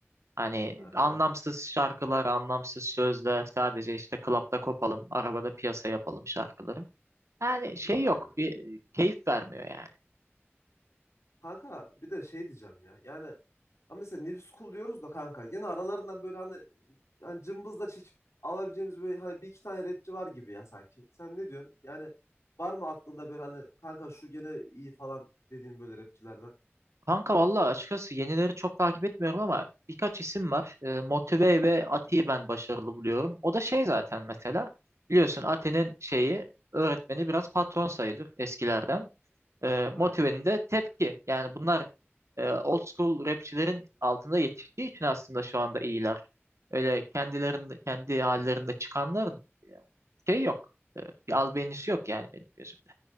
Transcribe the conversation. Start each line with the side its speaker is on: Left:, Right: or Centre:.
Right: Hani
Left: Kanka
Right: anlamsız
Left: bence de.
Right: şarkılar, anlamsız sözler, sadece işte klapta kopalım, arabada piyasa yapalım şarkıları. Yani şey
Left: Aynen.
Right: yok, bir keyif vermiyor yani.
Left: Kanka bir de şey diyeceğim ya yani Ama mesela New School diyoruz da kanka. Yine aralarından böyle hani, hani cımbızla çekip alabileceğimiz böyle hani bir iki tane rapçi var gibi ya sanki. Sen ne diyorsun? Yani var mı aklında böyle hani kanka şu gene iyi falan dediğim böyle rapçilerden?
Right: Kanka valla açıkçası yenileri çok takip etmiyorum ama birkaç isim var. E, Motive ve Ati'yi ben başarılı buluyorum. O da şey zaten mesela biliyorsun Ati'nin şeyi öğretmeni biraz patron sayılır eskilerden. E, Motive'nin
Left: Aynen.
Right: de tepki. Yani bunlar e, old school rapçilerin altında yetiştiği için aslında şu anda iyiler. Öyle kendilerinde kendi hallerinde çıkanların e, şey yok. E, bir albenisi yok yani benim gözümde.